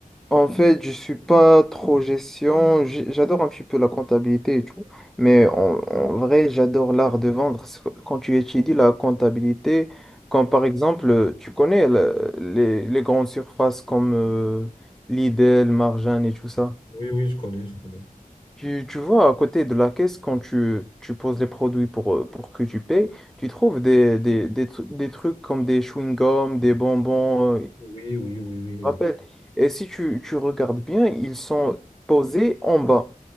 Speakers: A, in the centre; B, on the left.
A: En fait, je suis pas trop gestion, j'ai- j'adore un petit peu la comptabilité et tout, mais en, en vrai, j'adore l'art de vendre. Parce que Quand tu étudies la comptabilité, comme par exemple, tu connais le- les, les grandes surfaces comme euh, Lidl, Marjan et tout ça.
B: Oui, oui, je connais, je connais.
A: Tu, tu vois, à côté de la caisse, quand tu, tu poses les produits pour, euh, pour que tu payes, tu trouves des, des, des, tru- des trucs comme des chewing-gums, des bonbons, euh,
B: Oui, oui, oui, oui, exact.
A: rappelle. Et si tu, tu regardes bien, ils sont posés en bas.